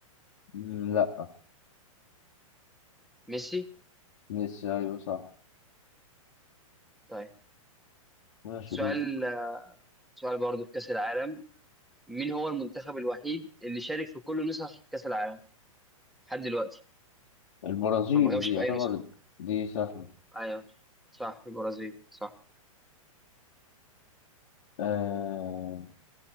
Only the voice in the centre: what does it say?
ميسي
طيب
سؤال
سؤال برضه في كأس العالم مين هو المنتخب الوحيد اللي شارك في كل نسخ كأس العالم لحد دلوقتي
هو ما غابش
في أي نسخة
أيوه صح البرازيل صح